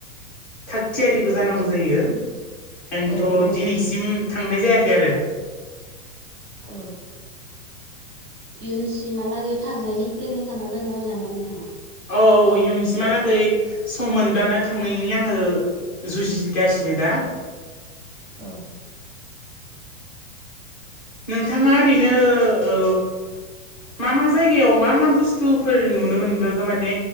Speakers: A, in the centre; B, on the right.
A: थागथियारिबो जानांगौ जायो। ओंखायथ'
B: औ औ
A: दिनैसिम थांनाय जायाखै आरो
B: औ इयुन सिमहालागै थांनायनि प्लेनिं खालामना दङो नामा नोंथाङा?
A: औ औ इयुनसिमहालागै सम मोनब्लानो थांनायनि आङो जुजिगासिनो सनि दा
B: औ
A: नोंथाङा ओरैनो ओ मा मा जायगायाव मा मा बुस्थुफोर नुनो मोनबो माने